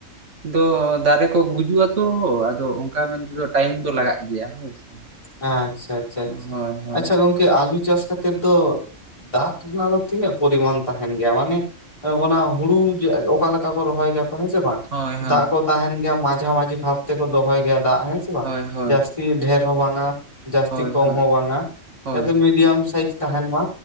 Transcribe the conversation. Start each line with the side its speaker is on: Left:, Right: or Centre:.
Right: ᱫᱚ ᱫᱟᱨᱮ ᱠᱚ ᱜᱩᱡᱩᱜ ᱟ ᱛᱚ ᱟᱫᱚ ᱚᱝᱠᱟ ᱢᱮᱱ ᱛᱮᱫᱚ ᱴᱟᱭᱤᱢ ᱫᱚ ᱞᱟᱜᱟᱜ ᱜᱮᱭᱟ ᱦᱳᱭ ᱥᱮ᱾
Left: ᱟᱪᱪᱷᱟ ᱟᱪᱪᱷᱟᱷᱟ ᱟᱪᱪᱷᱟ,
Right: ᱦᱳᱭ ᱦᱳᱭ
Left: ᱟᱪᱪᱷᱟ ᱜᱚᱝᱠᱮ ᱟᱹᱞᱩ ᱪᱟᱥ ᱠᱟᱛᱮᱜ ᱫᱚ ᱫᱟᱜ ᱨᱮᱱᱟᱜ ᱫᱚ ᱛᱤᱱᱟᱹᱜ ᱯᱚᱨᱤᱢᱟᱱ ᱛᱟᱦᱮᱱ ᱜᱮᱭᱟ ᱢᱟᱱᱮ ᱚᱱᱟ ᱦᱩᱲᱩ ᱚᱠᱟ ᱞᱮᱠᱟ ᱠᱚ ᱨᱚᱦᱚᱭ ᱜᱮᱭᱟ ᱠᱚ ᱦᱮᱸ ᱥᱮ ᱵᱟᱝ?
Right: ᱦᱳᱭ ᱦᱳᱭ ᱦᱳᱭ
Left: ᱫᱟᱜ ᱠᱚ ᱛᱟᱦᱮᱱ ᱜᱮᱭᱟ ᱢᱟᱡᱷᱟ ᱢᱟᱡᱷᱤ ᱵᱷᱟᱵ ᱛᱮᱠᱚ ᱫᱚᱦᱚᱭ ᱜᱮᱭᱟ ᱫᱟᱜ ᱦᱮᱸ ᱥᱮ ᱵᱟᱝ
Right: ᱦᱳᱭ ᱦᱳᱭ
Left: ᱡᱟᱹᱥᱛᱤ ᱰᱷᱮᱹᱨ ᱦᱚᱸ ᱵᱟᱝ-ᱟ ᱡᱟᱥᱛᱤ
Right: ᱦᱳᱭ
Left: ᱠᱚᱢ
Right: ᱦᱳᱭ
Left: ᱦᱚᱸ ᱵᱟᱝ-ᱟ
Right: ᱦᱳᱭ
Left: ᱡᱟᱛᱮ ᱢᱤᱰᱤᱭᱟᱢ ᱥᱟᱭᱤᱡ ᱛᱟᱦᱮᱱ ᱢᱟ